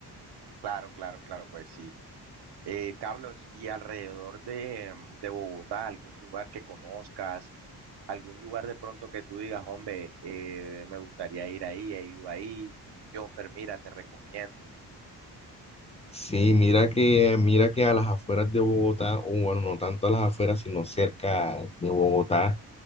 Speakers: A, on the right (about 75°); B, on the left (about 15°).
A: Claro, claro, claro, pues sí. Eh, Carlos, ¿y alrededor de, em, de Bogotá, algún lugar que conozcas, algún lugar de pronto que tú digas, hombre, eh, me gustaría ir ahí, he ido ahí, Jonfer, mira, te recomiendo.
B: Sí, mira que, mira que a las afueras de Bogotá, o bueno, no tanto a las afueras, sino cerca de Bogotá